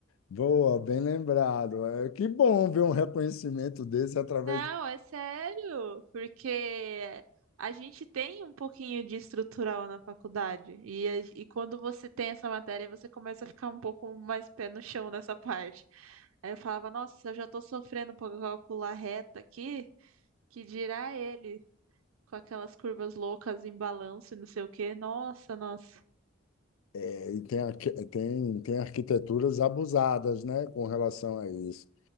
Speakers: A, on the left; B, on the right.
A: Boa, bem lembrado. É, que bom ver um reconhecimento desse através
B: Não, é sério, porque a gente tem um pouquinho de estrutural na faculdade, e, a- e quando você tem essa matéria, você começa a ficar um pouco mais pé no chão nessa parte. Aí eu falava, nossa, se eu já tô sofrendo pra calcular reta aqui, que dirá ele, com aquelas curvas loucas em balanço e não sei o quê. Nossa, nossa,
A: É, E tem, arqui- tem, tem arquiteturas abusadas, né, com relação a isso.